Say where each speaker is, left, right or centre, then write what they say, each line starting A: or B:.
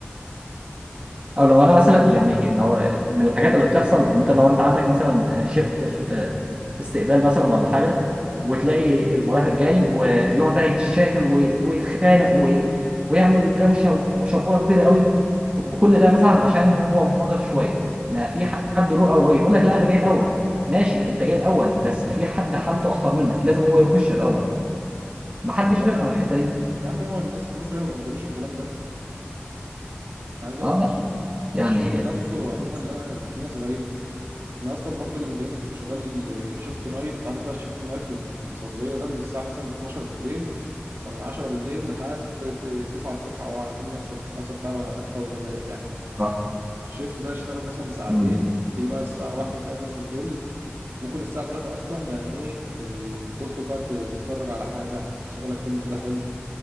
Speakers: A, on the right; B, on the right.
A: او لو انا مثلا يعني لو من الحاجات اللي بتحصل انت لو انت عندك مثلا شيفت في استقبال مثلا ولا حاجه وتلاقي المرافق جاي ويقعد بقى يتشاكل وي- ويتخانق وي- ويعمل دوشه وشبوره كبيره قوي
B: امم
A: وكل ده مثلا عشان هو منتظر شويه ما في حد له اولويه يقول لك لا انا جاي الاول ماشي انت جاي الاول بس في حد حالته اخطر منك لازم هو يخش الاول ما حدش
B: ايوه لا
A: بيفهم
B: بقى.
A: الحته دي
B: يا عم هو الناس في مصر هي ما بيقدروش الكلام ده عايز اقول
A: اه
B: لك الش-
A: لا يعني
B: الشغل نفسه عموما
A: <laughs>
B: لا في ناس غريبه انا اصلا برضو اللي مضايقني كنت شغال الشيفت نايت عارف بقى الشيفت نايت في الصيدليه ده من الساعه مثلا 12 بالليل او من 10 بالليل لحد ت- ت- 9 الصبح او 8 الصبح حسب بقى ما انت ومزاجك يعني
A: آه.
B: الشيفت ده اشتغل مثلا ساعتين
A: أمم.
B: تيجي بقى الساعه واحدة تلاقي الناس بتقل ممكن الساعه 3 اصلا يعني ايه, إيه تدخل بقى ت- تتفرج على حاجه تشغلك فيلم كده حلو